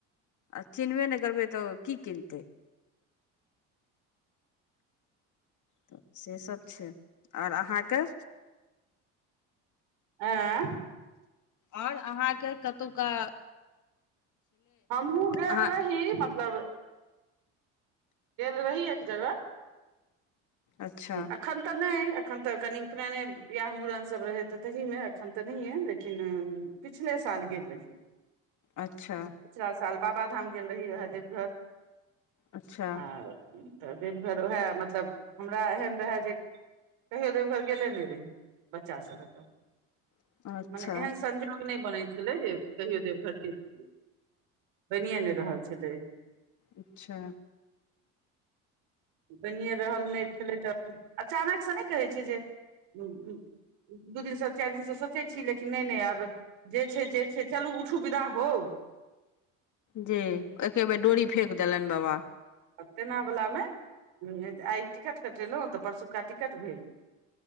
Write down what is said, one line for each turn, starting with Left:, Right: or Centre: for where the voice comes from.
Left: आ चिन्हबे नहि करबै तऽ की किनतै तऽ से सब छै और अहाँके
Right: ऐं
Left: आओर अहाँके कतौका
Right: हमहुँ गेल
Left: अहाँ
Right: रही मतलब गेल रही एक जगह
Left: अच्छा
Right: एखन तऽ नहि एखन तऽ कनि उपनयने बियाह मुड़न सब रहै तऽ तहिमे एखन तऽ नहि लेकिन पिछले साल गेल रही
Left: अच्छा
Right: पिछला साल बाबाधाम गेल रही वैहा देवघर
Left: अच्छा
Right: आ तऽ देवघर ओएह मतलब हमरा एहन रहए जे कहियो देवघर गेले नहि रही बच्चा सब लक
Left: अच्छा
Right: मने एहन संजोग नहि बनै छलै जे कहियो देवघर जैती बनिए नहि रहल छलै
Left: अच्छा
Right: बनिए रहल नहि छलै त अचानकसँ नहि कहैत छै जे दू दिनसँ चारि दिनसँ सोचै छी लेकिन नहि नहि आब जे छै जे छै चलू उठु विदा हौउ
Left: जे एके बेर डोरी फेेक देलनि बाबा
Right: आ तेनावालामे ह आय टिकट कटेलौ तऽ परसुक्का टिकट भेल